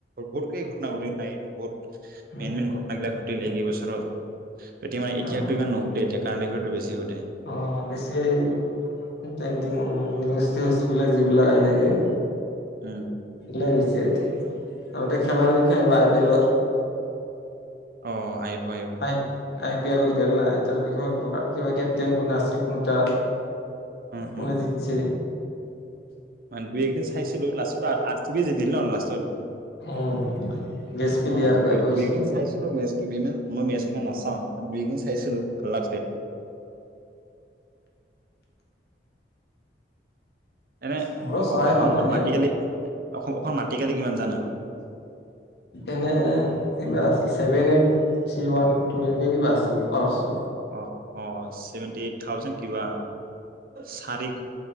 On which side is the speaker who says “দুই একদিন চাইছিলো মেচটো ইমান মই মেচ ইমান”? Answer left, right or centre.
Right